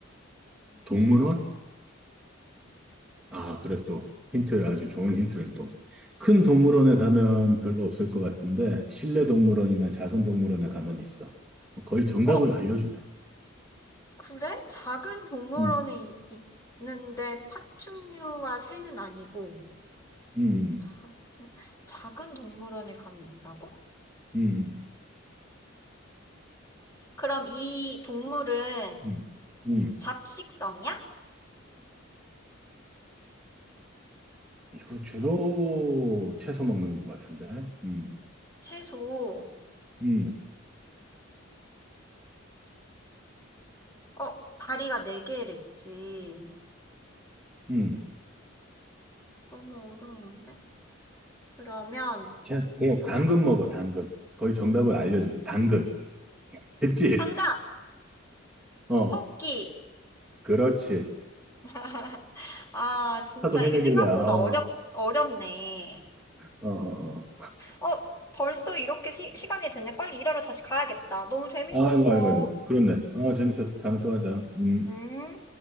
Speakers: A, in the centre; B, on the left.
A: 동물원? 아, 그래 또. 힌트, 아주 좋은 힌트를 또. 큰 동물원에 가면 별로 없을 것 같은데, 실내 동물원이나 작은 동물원에 가면 있어. 거의 정답을
B: 어,
A: 알려주네.
B: 그래? 작은 동물원에
A: 음,
B: 이- 있는데 파충류와 새는 아니고
A: 음,
B: 작, 작은 동물원에 감이 있다고?
A: 음,
B: 그럼 이 동물은
A: 음, 음. 음.
B: 잡식성이야?
A: 이거 주로 채소 먹는 것 같은데. 음,
B: 채소.
A: 음,
B: 어, 다리가 네 개랬지.
A: 음.
B: 너무 어려운데? 그러면
A: 채, 어, 당근 먹어, 당근. 거의 정답을 알려주네. 당근. 됐지?
B: 정답!
A: 어,
B: 토끼.
A: 그렇지.
B: <laughs> 아, 진짜
A: 하도 헤매길래,
B: 이게 생각보다
A: 아, 어,
B: 어렵, 어렵네.
A: 어, 어.
B: 어, 벌써 이렇게 시, 시간이 됐네. 빨리 일하러 다시 가야겠다. 너무 재밌었어.
A: 아이고, 아이고, 아이고. 그렇네. 어, 재밌었어. 다음에 또 하자. 음.
B: 응?